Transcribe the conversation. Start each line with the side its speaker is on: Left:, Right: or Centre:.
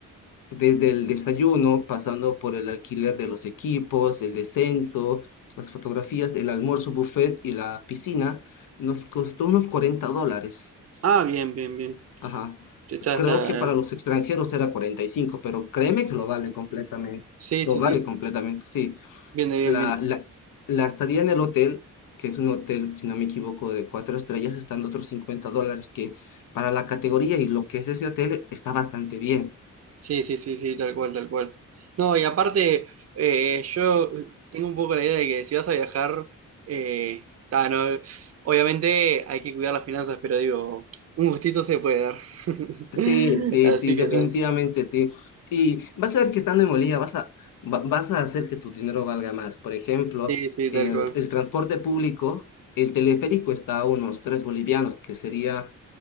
Left: Desde el desayuno, pasando por el alquiler de los equipos, el descenso, las fotografías, el almuerzo buffet y la piscina, nos costó unos 40 dólares.
Right: Ah, bien, bien, bien.
Left: Ajá.
Right: Está,
Left: Creo
Right: está.
Left: que para
Right: eh,
Left: los extranjeros era cuarenta y cinco pero créeme que lo vale completamente.
Right: Sí,
Left: Lo
Right: sí,
Left: vale
Right: sí.
Left: completamente, sí.
Right: Bien, bien,
Left: La,
Right: bien.
Left: la, la estadía en el hotel, que es un hotel, si no me equivoco, de cuatro estrellas, están otros 50 dólares, que para la categoría y lo que es ese hotel está bastante bien.
Right: Sí, sí, sí, sí, tal cual, tal cual. No, y aparte, eh, yo tengo un poco la idea de que si vas a viajar, eh, está, no, obviamente hay que cuidar las finanzas, pero digo, un gustito se puede dar. <laughs>
Left: Sí, sí,
Right: Así
Left: sí, definitivamente
Right: que tal.
Left: sí. Y vas a ver que estando en Bolivia vas a, va- vas a hacer que tu dinero valga más. Por ejemplo,
Right: Sí, sí, tal
Left: el,
Right: cual.
Left: el transporte público, el teleférico está a unos 3 bolivianos, que sería